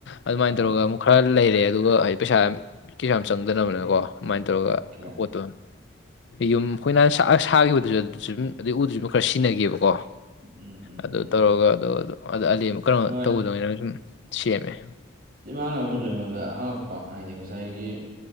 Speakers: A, on the left; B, on the right.
A: ꯑꯗꯨꯃꯥꯏꯅ
B: ꯑꯥ
A: ꯇꯧꯔꯒ ꯑꯃꯨꯛ ꯈꯔ ꯂꯩꯔꯦ ꯑꯗꯨꯒ ꯍꯥꯏꯗꯤ ꯄꯩꯁꯥ ꯌꯥꯝ ꯀꯩꯁꯨ ꯌꯥꯝ ꯆꯪꯗꯅꯕꯅꯀꯣ ꯑꯗꯨꯃꯥꯏꯅ ꯇꯧꯔꯒ
B: ꯑꯣꯀꯦ
A: ꯄꯣꯠꯇꯣ ꯌꯨꯝ ꯑꯩꯈꯣꯏꯅ ꯁꯥꯈꯤꯕꯗꯨꯁꯨ ꯑꯗꯨꯁꯨ ꯑꯗꯨꯝ ꯑꯗꯨꯗꯩ ꯎꯗꯨꯁꯨ ꯑꯗꯨꯝ ꯈꯔ ꯁꯤꯖꯤꯟꯅꯈꯤꯕꯀꯣ
B: ꯎꯝ ꯎꯝ
A: ꯑꯗꯨ
B: ꯎꯝ
A: ꯇꯧꯔꯒ ꯑꯗꯨ ꯑꯗꯨ ꯑꯂꯤ ꯑꯃꯨꯛ ꯀꯩꯅꯣ
B: ꯍꯣꯏ
A: ꯇꯧꯒꯗꯧꯅꯤꯅꯪ ꯁꯨꯝ ꯁꯤꯦ ꯃ
B: ꯆꯞꯃꯥꯟꯅꯕ ꯑꯃꯁꯨ ꯑꯩꯉꯣꯟꯗ ꯍꯪꯉꯛꯄ ꯍꯥꯏꯗꯤ ꯉꯥꯏ ꯉꯁꯥꯏꯒꯤ